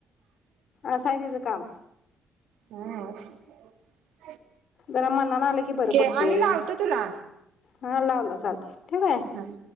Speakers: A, on the left; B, on the right.
A: असं आहे तिचं काम
B: <inaudible> हम्म. <unintelligible>
A: जरा मनान आलं की बरं पडतंय.
B: आणि लावतो तुला
A: हां लाव लाव चालतंय, ठेवू काय?
B: हं